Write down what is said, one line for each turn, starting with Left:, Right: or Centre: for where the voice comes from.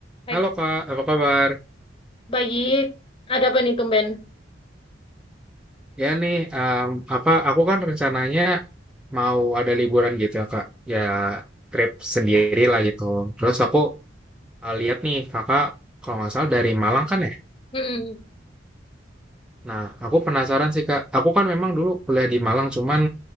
Left: Baik,
Centre: Halo Kak, apa kabar?
Left: baik. Ada apa nih tumben?
Centre: Ya nih, em, apa aku kan rencananya mau ada liburan gitu ya Kak. Ya trip sendiri lah gitu. Terus aku eh, lihat nih Kakak kalau nggak salah dari Malang kan ya.
Left: Mm-mm.
Centre: Nah, aku penasaran sih Kak. Aku kan memang dulu kuliah di Malang, cuman